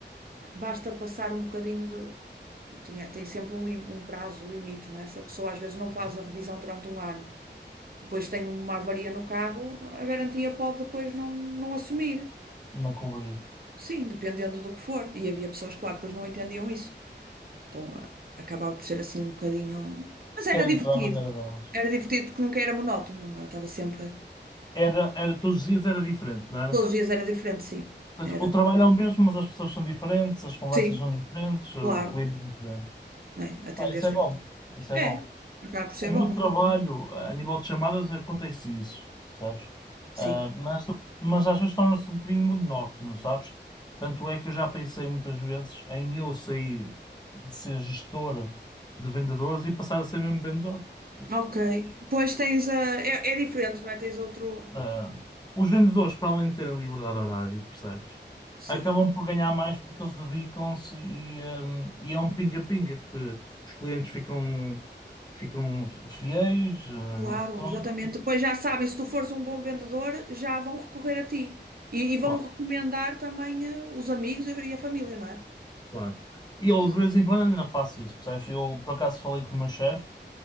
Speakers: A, on the right (about 55°); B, on the left (about 20°).
A: basta passar um bocadinho tinha, tem sempre um, lim- um prazo limite, não é? Se a pessoa às vezes não faz
B: uhum,
A: a revisão durante um ano, depois tem uma avaria no carro, a garantia pode depois não, não assumir.
B: Não cobri.
A: Sim, dependendo do que for. E havia pessoas, claro, depois não entendiam isso. Então a- acabava por ser assim um bocadinho. Mas era
B: Querem
A: divertido.
B: toda a maneira delas.
A: Era divertido porque nunca era monótono, não é? Estava sempre.
B: Era, era, todos os dias era diferente, não era?
A: Todos os dias era diferente, sim.
B: Ou seja,
A: Era.
B: O trabalho é o mesmo, mas as pessoas são diferentes, as conversas
A: Sim,
B: são diferentes, o
A: claro.
B: clima é diferente.
A: não É, atender
B: Pá, isso
A: sempre.
B: é bom. Isso é
A: É,
B: bom.
A: acaba por ser
B: O meu
A: bom,
B: trabalho, eh, a nível de chamadas, acontece isso, percebes?
A: sim.
B: Ah, mas, mas às vezes torna-se um bocadinho monótono, sabes? Tanto é que eu já pensei muitas vezes em eu sair de ser gestora de vendedores e passar a ser mesmo vendedor. porque
A: Ok. Pois tens a. É, é diferente, não é? Tens outro.
B: Ah, os vendedores, para além de terem liberdade de horário, percebes?
A: Sim,
B: Acabam por ganhar mais porque eles dedicam-se e, ah, e é um pinga-pinga que os clientes ficam, ficam fiéis, ah,
A: claro,
B: não te trocam.
A: exatamente. Depois já sabem, se tu fores um bom vendedor, já vão recorrer a ti. E, e vão
B: Claro,
A: recomendar também eh, os amigos e e a família, não é?
B: claro. E eu
A: Isso.
B: de vez em quando ainda faço isso, percebes? Eu por acaso falei com o meu chefe,